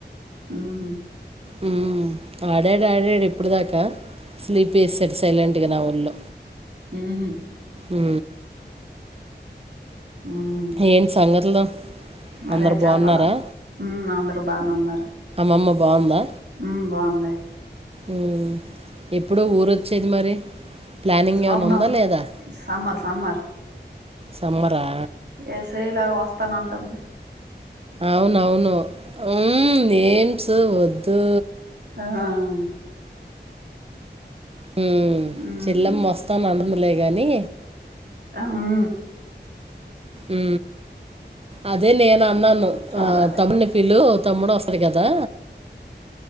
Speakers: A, on the right; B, on the right.
A: ఉహు
B: ఉ ఆడాడు ఆడాడు ఇప్పుడు దాకా స్లీప్ ఏసాడు సైలెంట్ గా నా <unintelligible>
A: ఉ హు
B: ఉ
A: మ్మ్
B: ఏంటి సంగతులు
A: మరే
B: అందరు
A: చెప్పల
B: బాగున్నారా
A: ఉ అందరు బానే ఉన్నారు
B: అమ్మ బాగుందా
A: ఉ బాగుంది
B: ఉ ఎప్పుడో ఊరోచ్చేది మరి ప్లానింగ్
A: హంభం
B: ఏమైనా ఉందా లేదా
A: సమ్మర్ సమ్మర్
B: సమ్మరా
A: ఏ శీలా వస్తానంటుంది
B: అవున అవును ఉ నేమ్స్ వద్దు
A: ఆహా అవును
B: హ
A: మ్మ్
B: చెల్లం మస్తాని అండదులే గాని
A: అవు
B: ఉ అదే నేను అన్నాను
A: చూడాలి
B: ఆ తమ్డిని పిల్లు తమ్ముడు వస్త రారు కదా